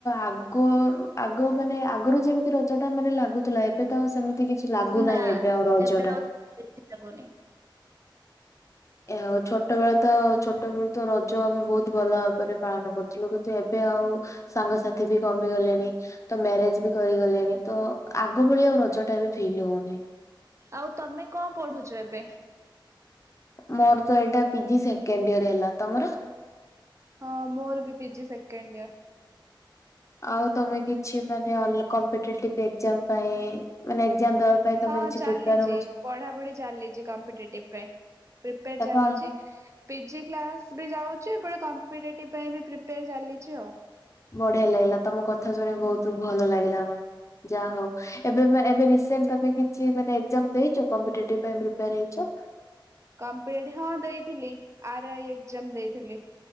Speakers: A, on the left; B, on the right.
A: ଆଗରୁ ଆଗ ମାନେ ଆଗ ଆଗରୁ ଯେମିତି ରଜ ଟା ମାନେ ଲାଗୁଥିଲା ଏବେ ତ ଆଉ ସେମିତି ଏ କିଛି ଲାଗୁନାହିଁ
B: ନା
A: ଏବେ ଆଉ ରଜ
B: ଏବେ
A: ଟା।
B: ଆଉ କିଛି ଲାଗୁନି
A: ଏହାଉ ଛୋଟବେଳ ତ ଛୋଟବେଳୁ ତ ରଜ ଆମେ ବହୁତ ଭଲ ଭାବରେ ପାଳନ କରୁଥିଲୁ, କିନ୍ତୁ ଏବେ ଆଉ ସାଙ୍ଗସାଥି ବି କମି ଗଲେଣି ତ ମ୍ୟାରେଜ ବି କରିଗଲେଣି ତ ଆଗ ଭଳିଆ ଆଉ ରଜ ଟା ବି ଫିଲ୍ ହଉନାହିଁ।
B: ଆଉ ତମେ କଣ ପଢୁଚ ଏବେ?
A: ମୋର ତ ଏଇଟା ପିଜି ସେକେଣ୍ଡ ଇୟର ହେଲା ତମର?
B: ହଁ ମୋର ବି ପିଜି ସେକେଣ୍ଡ ଇୟର।
A: ଆଉ ତମେ କିଛି ମାନେ ଅଲ କମପିଟେଟିଭ ଏକ୍ସ୍ରାମ ପାଇଁ ମାନେ ଏକଯାମ୍ ଦବା ପାଇଁ ତମେ
B: ହଁ
A: କିଛି
B: ଚାଲିଚି
A: ପ୍ରିପେୟାର ହଉଚ
B: ପଢାପଢି ଚାଲିଚି କମ୍ପିଟେଟିଭ ପାଇଁ। ପ୍ରିପେର
A: ତାପରେ
B: ଚାଲିଛି। ପିଜି କ୍ଲାସ ବି ଯାଉଚି, ଏପଟେ କମ୍ପିଟେଟିଭ ପାଇଁ ବି ପ୍ରିପେୟାର ଚାଲିଚି ଆଉ।
A: ବଢିଆ ଲାଗିଲା ତମ କଥା ଶୁଣି ବହୁତ ଭଲ ଲାଗିଲା, ଆମର ଯାହା ହଉ। ଏବେ ଏବେ ରିସେଣ୍ଟେ ତମେ କିଛି ମାନେ ଏକଜାମ୍ ଦେଇଚ କମ୍ପିଟେଟିଭି ପାଇଁ ପ୍ରିପେର ହେଇଚ?
B: କମ୍ପଟେଟିଭ ହଁ ଦେଇଥିଲି ଆର ଆଇ ଏକଜାମ ଦେଇଥିଲି।